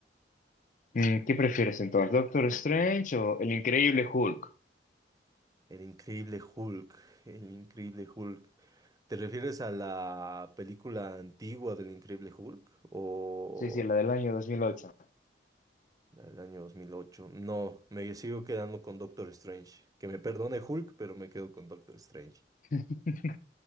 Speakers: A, on the left; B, on the right.
A: Mm, ¿Qué prefieres entonces, Doctor Strange o El Increíble Hulk?
B: El increíble Hulk, el increíble Hulk. ¿Te refieres a la película antigua del increíble Hulk o
A: Sí, sí, la del año dos mil ocho
B: la del año 2008? No, me sigo quedando con Doctor Strange. Que me perdone Hulk, pero me quedo con Doctor Strange.
A: <laughs>